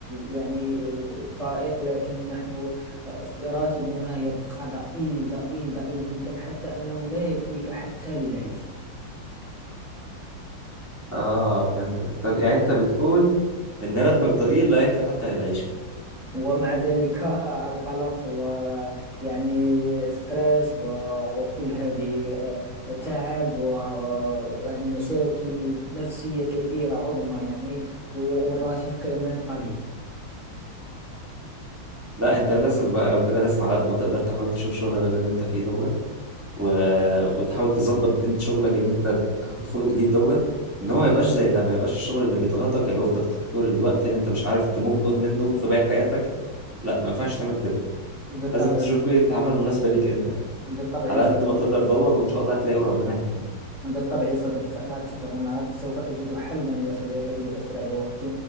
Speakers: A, in the centre; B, on the right.
A: يعني آه، فائق لكن نحن آه، راتبنا يبقى ضئيل ضئيل ضئيل جدا حتى أنه لا يكفيك حتى للعيش
B: اه فهمتك طب يعني انت بتقول ان راتبك ضئيل لا يكفي حتى للعيشة
A: ومع ذلك آه، القلق ويعني ستريس و- وكل هذه آه، تعب ويعني مشاكل نفسية كثيرة عظمى يعني و- والراتب كمان قليل
B: لا انت لازم بقى لو كده لازم على قد ما تقدر تحاول تشوف شغل غير اللي انت فيه دوت و... وتحاول تظبط بين شغلك اللي انت هتدخله جديد دوت ان هو ما يبقاش زي ده ما يبقاش الشغل اللي بيضغطك اللي واخدك طول الوقت اللي انت مش عارف تموف اون منه في باقي حياتك لا ما ينفعش تعمل كده
A: بالطبع
B: لازم تشوف بيئة عمل مناسبة ليك انت
A: بالطبع
B: على
A: يا صديقي
B: قد ما تقدر دور وان شاء الله هتلاقي وربنا يكرمك
A: بالطبع يا صديقي فأنا أتفق معك سوف أجد حلا يا صديقي بأسرع وقت